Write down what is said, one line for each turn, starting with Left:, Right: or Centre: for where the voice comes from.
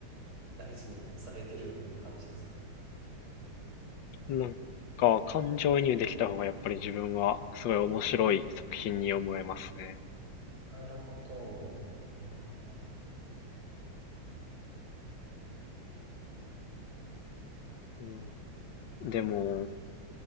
Right: 大事にされてる感じですか
Left: ね。なんか、感情移入できた方がやっぱり自分はすごい面白い作品に思えますね。
Right: はい。ああ、なるほど。うーん。
Left: うん、でも、